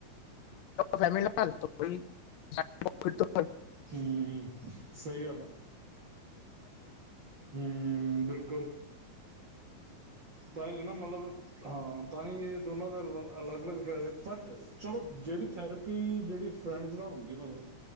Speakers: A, on the left; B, on the right.
A: ਫਹਿਮੀ ਲਾਲ ਕੋਈ <unintelligible>
B: ਹਮ, ਸਹੀ ਗੱਲ ਆ, ਹਮ ਬਿਲਕੁਲ। ਭਾਈ ਨਾ, ਮਤਲਬ ਹਾਂ ਤਾਂ ਈ ਇਹ ਦੋਨਾਂ ਦਾ ਅਲੱਗ-ਅਲੱਗ ਫੈਦੇ, ਬਟ ਚਲੋ ਜੇੜੀ ਥੈਰੇਪੀ ਜੇੜੀ ਫ੍ਰੈਂਡਸ ਨਾਲ ਹੁੰਦੀ ਐ ਫੇ